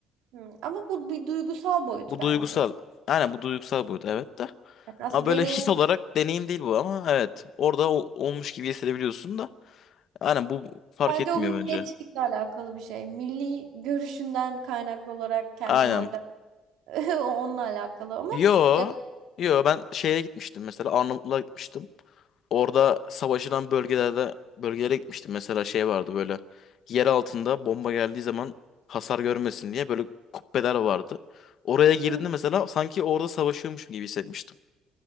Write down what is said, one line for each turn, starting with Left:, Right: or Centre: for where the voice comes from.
Right: Hı, Ama bu bir duygusal boyut
Left: Bu
Right: bence.
Left: duygusal. Aynen bu duygusal buydu evet de.
Right: Yani aslında
Left: Ama böyle
Right: deneyim
Left: his olarak deneyim değil bu ama evet orada o- olmuş gibi hissedebiliyorsun da. Aynen bu fark
Right: Bence
Left: etmiyor
Right: o milliyetçilikle
Left: bence.
Right: alakalı bir şey. Milli görüşünden kaynaklı olarak kendini
Left: Aynen
Right: orada <laughs> o onunla alakalı ama
Left: Yo.
Right: ya
Left: Yo ben şeye gitmiştim mesela Arnavutluğa gitmiştim. Orada savaşılan bölgelerde bölgelere gitmiştim. Mesela şey vardı böyle yer altında bomba geldiği zaman hasar görmesin diye böyle kubbeler vardı. Oraya girdiğimde
Right: hmm,
Left: mesela sanki orada savaşıyormuşum gibi hissetmiştim.